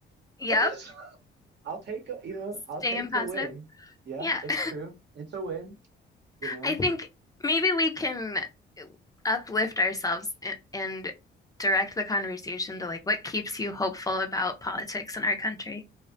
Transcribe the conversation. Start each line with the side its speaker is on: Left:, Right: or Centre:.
Right: <laughs>
Left: Yep.
Right: I'll take, a- you know,
Left: Staying
Right: I'll take
Left: positive.
Right: the win. Yeah,
Left: Yeah.
Right: it's
Left: <laughs>
Right: true. It's a win, you know.
Left: I think maybe we can uplift ourselves and, and direct the conversation to like what keeps you hopeful about politics in our country.